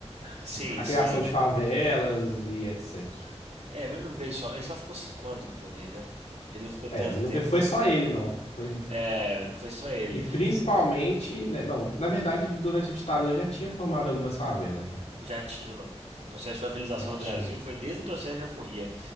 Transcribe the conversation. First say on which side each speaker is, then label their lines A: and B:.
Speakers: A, on the right; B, on the left.
A: sim,
B: A
A: sim.
B: criação de favelas e etc.
A: É, mas não veio só. Ele só ficou cinco anos no poder, né? Ele não ficou tanto
B: É, mas
A: tempo
B: não foi foi
A: assim.
B: só ele, não. Foi
A: É, não foi só ele.
B: E principalmente, né, não, na verdade, durante a ditadura já tinha formado algumas favelas, né?
A: Já tinha, não. O processo de favelização
B: Já
A: no
B: tinha.
A: Brasil foi desde o processo de aforria.